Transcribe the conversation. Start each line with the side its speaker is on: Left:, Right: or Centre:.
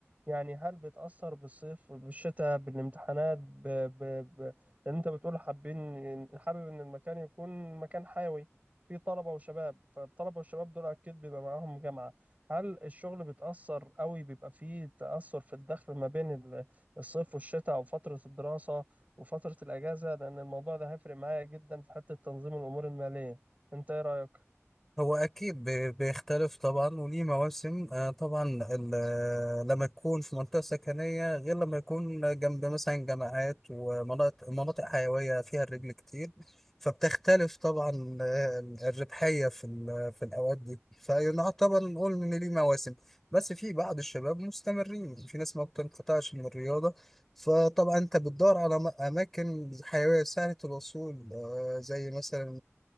Right: يعني هل بيتأثر بالصيف بالشتاء بالامتحانات ب... ب... ب... لان انت بتقول حابين حابب ان المكان يكون مكان حيوي فيه طلبة وشباب فالطلبة والشباب دول اكيد بيبقى معاهم جامعة هل الشغل بيتأثر قوي بيبقى فيه تأثر في الدخل ما بين ال- الصيف والشتاء او فترة الدراسة وفترة الأجازة لأن الموضوع ده هيفرق معايا جدا في حتة تنظيم الأمور المالية أنت إيه رأيك؟
Centre: هو أكيد بي- بيختلف طبعا وليه مواسم آه، طبعا ال- لما تكون في منطقة سكنية غير لما يكون جنب مثلا جامعات ومناطق مناطق حيوية فيها الرجل كتير فبتختلف طبعا آه، الربحية في ال- في الأوقات دي فيعتبر نقول إن ليه مواسم بس في بعض الشباب مستمرين في ناس ما بتنقطعش من الرياضة فطبعا أنت بتدور على م- أماكن حيوية سهلة الوصول آه، زي مثلا